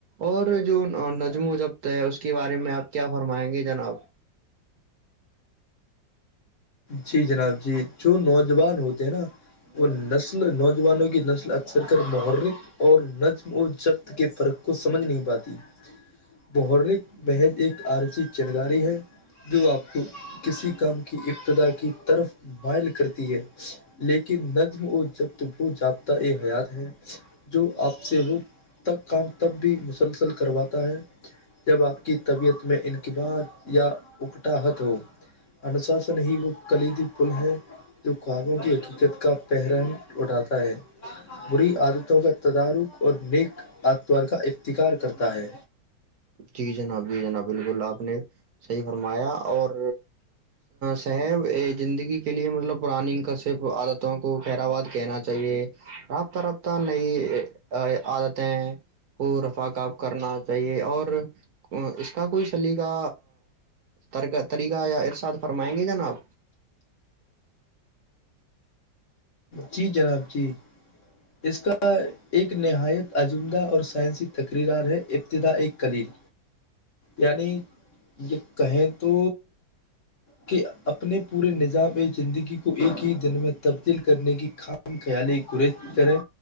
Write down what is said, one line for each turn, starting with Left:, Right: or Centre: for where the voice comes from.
Right: اور جو نظم و جبط ہے اس کے بارے میں آپ کیا فرمائیں گے جناب
Left: جی جناب جی جو نوجوان ہوتے ہیں نا وہ نسل نوجوانوں کی نسل اکثر کر محرک اور نظم و جبط کے فرق کو سمجھ نہیں پاتی محرک محض ایک عارضی چنگاری ہے جو آپ کو کسی کام کی ابتدا کی طرف مائل کرتی ہے لیکن نظم و جب وہ جابطہ ا حیات ہے جو آپ سے وہب کام تب بھی مسلسل کرواتا ہے جب آپ کی طبیعت میں انقبات یا اکٹا حت ہو انوشاسن ہی وہ کلیدی پل ہے جو خوابوں کی حقیقت کا پحرم اھاتا ہے بری عادتوں کا تدارک اور نیک آتوار کا افتکار کرتا ہے
Right: جی جناب جی جناب بالکل آپ نے صحیح فرمایا اور صاحب زندگی کے لیے مطلب پرانی کشب عادتوں کو پہر آ واد کہنا چاہیے رابطہ رابطہ نئی عادتیں کو رف کاب کرنا چاہیے اور اس کا کوئی سلی کا ٹرکا طریقہ یا ارشاد فرمائیں گے جناب
Left: جی جناب جی اس کا ایک نہایت عجمدہ اور سائنسی تقریرار ہے ابتدا ایک کلیل یعنی ج کہیں تو کہ اپنے پورے نظام ایک زندگی کو ایک ہی دن میں تبدیل کرنے کی خام خیالی گریز کریں